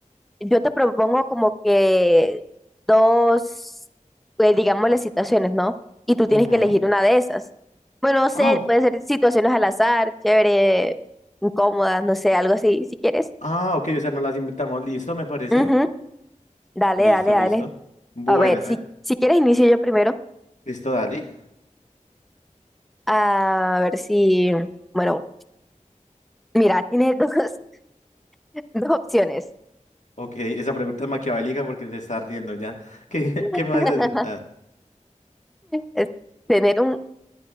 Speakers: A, in the centre; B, on the left.
A: yo te propongo como que dos, pues digamos las situaciones, ¿no? Y tú tienes
B: Ujú.
A: que elegir una de esas. Bueno, no sé,
B: Ah, o-
A: puede ser situaciones al azar, chévere, incómodas, no sé, algo así, si quieres.
B: ah, ok, o sea, no las inventamos. Listo, me parece.
A: Ujú, Dale,
B: Listo,
A: dale, dale.
B: listo. Bueno,
A: A ver, si,
B: eh,
A: si quieres inicio yo primero.
B: listo, dale.
A: A ver si, bueno, mira, tiene dos, <laughs> dos opciones.
B: Ok, esa pregunta es maquiavélica porque te estás riendo ya. <laughs> ¿Qué, qué
A: <laughs>
B: me vas a hacer? Ah.
A: Es tener un